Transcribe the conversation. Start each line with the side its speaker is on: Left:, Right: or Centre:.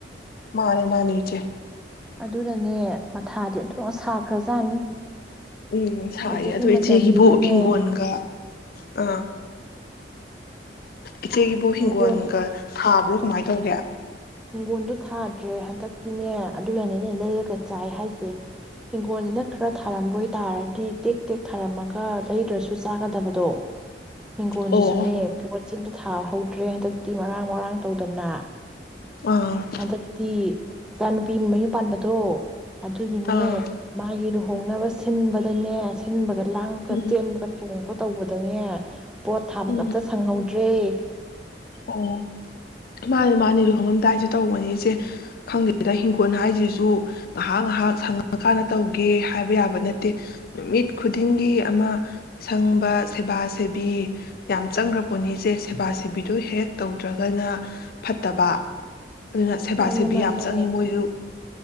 Left: ꯃꯥꯅꯦ ꯃꯥꯅꯦ ꯏꯆꯦ
Centre: ꯑꯗꯨꯅꯅꯦ ꯃꯊꯥꯗꯤ ꯑꯣꯟꯊꯣꯛꯅ ꯁꯥꯈ꯭ꯔꯖꯥꯠꯅꯤ
Left: ꯎꯝ ꯁꯥꯏꯌꯦ
Centre: ꯍꯧꯖꯤꯛꯀꯤ
Left: ꯑꯗꯣ
Centre: ꯃꯇꯝꯁꯤꯗꯅꯦ
Left: ꯏꯆꯦꯒꯤꯕꯨ ꯍꯤꯡꯒꯣꯟꯒ ꯑꯥ <inaudible> ꯏꯆꯦꯒꯤꯕꯨ ꯍꯤꯡꯒꯣꯟꯒꯥ
Centre: ꯍꯤꯡꯒꯣꯜ
Left: ꯊꯥꯕ꯭ꯔꯣ ꯀꯃꯥꯏ ꯇꯧꯒꯦ
Centre: ꯍꯤꯡꯒꯣꯜꯗꯨ ꯊꯥꯗ꯭ꯔꯦ ꯍꯟꯗꯛ ꯏꯅꯦ ꯑꯗꯨ ꯂꯩꯥꯅꯅꯦ ꯂꯩꯔꯒ ꯆꯥꯏ ꯍꯥꯏꯁꯦ ꯍꯤꯡꯒꯣꯜꯁꯤꯅ ꯈꯔ ꯊꯥꯔꯝꯕ ꯑꯣꯏꯇꯥꯥꯔꯗꯤ ꯇꯦꯛ ꯇꯦꯛ ꯊꯥꯔꯝꯃꯒ ꯂꯩꯗ꯭ꯔꯁꯨ ꯆꯥꯒꯗꯕꯗꯣ ꯍꯤꯡꯒꯣꯜꯁꯤꯁꯨꯅꯦ
Left: ꯑꯣ
Centre: ꯄꯣꯠꯁꯤ ꯊꯥꯍꯧꯗ꯭ꯔꯦ ꯍꯟꯗꯛ ꯇꯤ ꯃꯔꯥꯡ ꯃꯔꯥꯡ ꯇꯧꯗꯅ
Left: ꯑꯥ
Centre: ꯍꯟꯗꯛꯇꯤ <inaudible> ꯅꯨꯄꯤ ꯃꯌꯨꯝ ꯄꯥꯟꯕꯗꯣ ꯑꯗꯨꯒꯤꯅꯦ
Left: ꯑꯥ
Centre: ꯃꯥꯒꯤ ꯂꯨ ꯂꯨꯍꯣꯡꯅꯕ ꯁꯤꯟꯕꯗꯅꯦ ꯁꯤꯟꯕꯗ ꯂꯥꯡꯕ
Left: ꯎꯝ
Centre: ꯇꯦꯟꯕ ꯇꯣꯡꯕ ꯇꯧꯕꯗꯅꯦ ꯄꯣꯠ ꯊꯥꯕ
Left: ꯎꯝ
Centre: ꯀꯝꯇ ꯁꯪꯍꯧꯗꯦ ꯇꯦ
Left: ꯑꯣ ꯃꯥꯅꯤ ꯃꯥꯅꯤ ꯂꯨꯍꯣꯡꯉꯝꯗꯥꯏꯁꯨꯦ ꯇꯧꯕꯅꯤꯆꯦ ꯈꯪꯗꯦꯁꯤꯗ ꯍꯤꯡꯈꯣꯜ ꯍꯥꯏꯁꯤꯁꯨ ꯉꯥꯏꯍꯥꯛ ꯉꯥꯏꯍꯥꯛ ꯁꯪꯉꯀꯥꯟꯗ ꯇꯧꯒꯦ ꯍꯥꯏꯕ ꯌꯥꯕ ꯅꯠꯇꯦ ꯅꯨꯃꯤꯠ ꯈꯨꯗꯤꯡꯒꯤ ꯑꯃ ꯁꯪꯕ ꯁꯦꯕꯥ ꯁꯦꯕꯤ ꯌꯥꯝ ꯆꯪꯈ꯭ꯔꯄꫭꯠꯅꯤꯁꯦ ꯁꯦꯕꯥ ꯁꯦꯕꯤ ꯑꯗꯨ ꯍꯦꯛ ꯇꯧꯗ꯭ꯔꯒꯅ ꯐꯠꯇꯕ ꯑꯗꯨꯅ ꯁꯦꯕꯥ
Centre: ꯃꯥꯅꯦ
Left: ꯁꯦꯕꯤ
Centre: ꯃꯥꯅꯦ
Left: ꯌꯥꯝ ꯆꯪꯉꯤ ꯃꯣꯏꯁꯨ